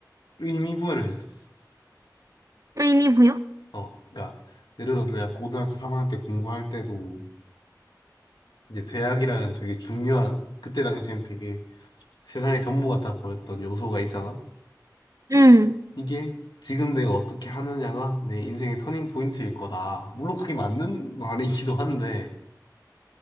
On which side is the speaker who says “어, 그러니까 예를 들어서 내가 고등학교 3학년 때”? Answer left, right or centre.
Left